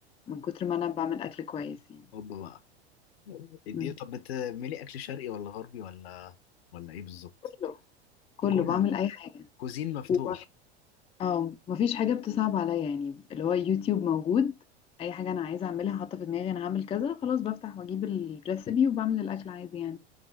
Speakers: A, on the left (about 20°); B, on the left (about 65°).
A: من كتر ما أنا بعمل أكل كويس يعني
B: اوبا بقى اديه
A: مم.
B: طب بتعملي اكل شرقي ولا غربي ولا ولا ايه بالظبط
A: كله كله
B: كله
A: بعمل أي حاجة
B: كوزين مفتوح
A: وبس اه مفيش حاجة بتصعب عليا يعني اللي هو يوتيوب موجود أي حاجة أنا عايزة أعملها حاطة في دماغي أنا هعمل كذا خلاص بفتح وأجيب الريسبي وبعمل الأكل عادي يعني